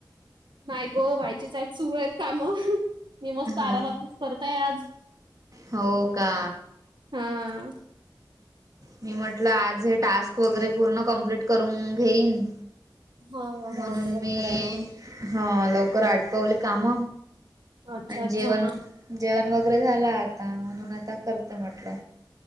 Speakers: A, on the right (about 70°); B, on the right (about 45°).
A: नाही गो व्हायचेच आहेत सुरू आहेत काम, मी मस्त
B: हो.
A: आरामातच करतय आज.
B: हो का.
A: हा.
B: मी म्हटलं आज हे टास्क वगैरे पूर्ण कंप्लीट करून घेईन.
A: हा
B: म्हणून
A: हा बरोबर
B: मी.
A: आहे ना
B: हा लवकर आटपवले काम,
A: अच्छा
B: आणि
A: अच्छा
B: जेवण जेवण वगैरे झाला आता, म्हणून आता करत म्हटलं.